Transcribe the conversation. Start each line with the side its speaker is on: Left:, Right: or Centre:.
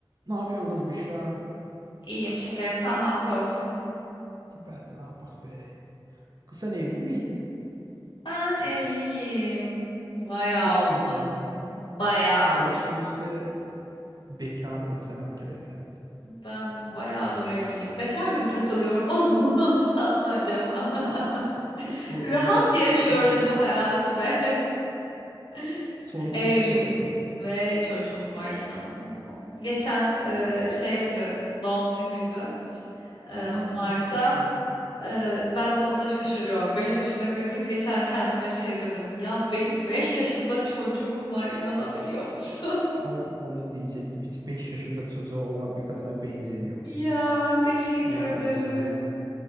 Right: Ne yapıyorsun kız Büşra?
Left: İyiyim şekerim. Sen ne yapıyorsun?
Right: E, Ben de ne yapak be. Kız sen evli miydin?
Left: Ben evliyim. Bayağı
Right: Ne zaman
Left: oldu.
Right: evlendin be?
Left: Bayağı
Right: En son görüştüğümüzde
Left: oldu.
Right: bekardın. Sen hangi ara evlendin?
Left: Ben bayağıdır evliyim. Bekar gibi takılıyorum <laughs> ondan mı acaba? <laughs>
Right: Bu,
Left: Rahat
Right: bu bir tık
Left: yaşıyoruz
Right: şüpheli.
Left: bu hayatı be. <laughs>
Right: Soluksuzluk
Left: Evliyim
Right: yaptınız mı?
Left: ve çocuğum var inanır mısın? Geçen e, şeydi doğum günüydü e,
Right: Aa
Left: Mart'ta.
Right: kaç yaşı var?
Left: Ee, ben de ona şaşırıyorum. 5 yaşına girdi. Geçen kendime şey dedim. Ya benim 5 yaşında çocuğum var. İnanabiliyor musun? <laughs>
Right: Tam onu diyecektim. Hiç 5 yaşında çocuğu olan bir kadına benzemiyorsun.
Left: Ya teşekkür
Right: Bu arada
Left: ederim.
Right: yani.